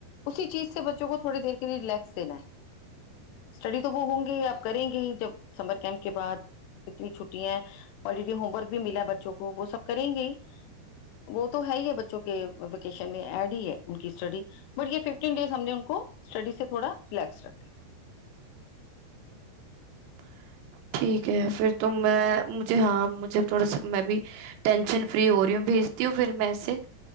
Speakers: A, on the left; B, on the right.
A: ਉਸੀ ਚੀਜ਼ ਸੇ ਬੱਚੇ ਕੋ ਥੋੜੀ ਦੇਰ ਕੇ ਰਿਲੈਕਸ ਦੇਣਾ ਹੈ ਸਟੱਡੀ ਤੋਂ ਉਹ ਹੋਂਗੇਗੀ ਹੀ ਆਪ ਕਰੇਗੇੇ ਹੀ ਜ ਸਮਰ ਕੈੈਂਪ ਕੇ ਬਾਅਦ ਇਤਨੀ ਛੁੱਟੀਆਂ ਹੈ ਹੋਲੀ ਡੇ ਹੋਮਵਰਕ ਵੀ ਮਿਲਾ ਬੱਚੋ ਕੋ ਉਹ ਸਭ ਕਰੇਗੇ ਵੋ ਤਾਂ ਹੈ ਹੀ ਹੈ ਬੱਚੋਂ ਕੇ ਵੈਕੇਸ਼ਨ ਮੈਂ ਐਡ ਹੀ ਹੈ ਉਨਕੀ ਸਟੱਡੀ ਬਟ ਯ ਫਿਫਟੀਨ ਡੇਜ਼ ਹਮ ਨੇ ਉਨਕੋ ਸਟੱਡੀ ਸ ਥੋੜਾ ਰਿਲੈਕਸ ਰੱਖ
B: <unintelligible> ਠੀਕ ਹੈ ਫਿਰ ਤੋਂ ਮੈਂ ਮੁਝੇ ਹਾਂ ਮੁਝੇ ਥੋੜਾ ਸ ਮੈਂ ਵੀ ਟੈਂਨਸ਼ਨ ਫਰੀ ਹੋ ਰਹੀ ਹੂੰ ਭੇਜਤੀ ਹੂੰ ਫਿਰ ਮੈਂ ਇਸੇ